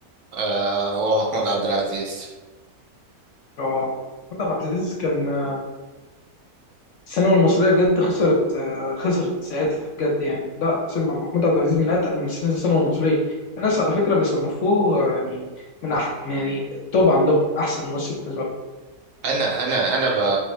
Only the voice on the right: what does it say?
آه هو محمود عبد العزيز
انا انا انا ب...